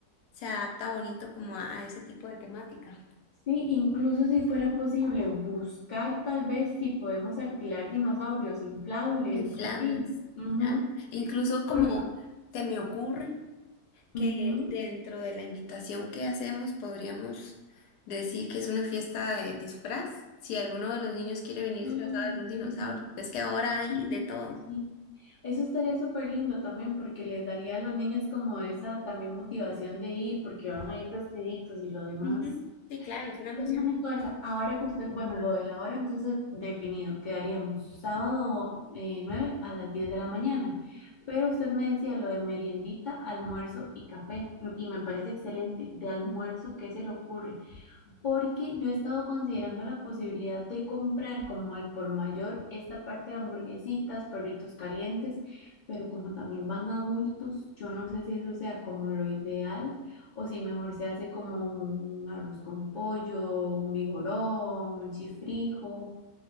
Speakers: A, on the left (about 80°); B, on the left (about 55°).
A: se adapta bonito como a, a ese tipo de temática.
B: Sí, incluso si fuera posible buscar tal vez si podemos alquilar dinosaurios inflables,
A: Inflables,
B: así. Ujú,
A: claro. Incluso como
B: Porque,
A: se me ocurre que
B: ujú.
A: dentro de la invitación que hacemos podríamos decir que es una fiesta de disfraz. Si alguno de los niños quiere venir
B: Ah,
A: disfrazado de algún dinosaurio,
B: qué lindo.
A: es que ahora
B: Ay,
A: hay de todo.
B: sí. Eso estaría súper lindo también porque les daría a los niños como esa también motivación de ir porque van a ir vestiditos y lo demás.
A: Ujú. Sí, claro, es una emoción.
B: Dígame una cosa, ahora que usted, bueno, lo de la hora entonces definido, quedaríamos sábado eh, 9 a las 10 de la mañana, pero usted me decía lo de meriendita, almuerzo y café m- y me parece excelente, de almuerzo, ¿qué se le ocurre? porque yo he estado considerando la posibilidad de comprar como al por mayor esta parte de hamburguesitas, perritos calientes, pero como también van adultos, yo no sé si eso sea como lo ideal o si mejor se hace como un arroz con pollo, un vigorón, un chifrijo.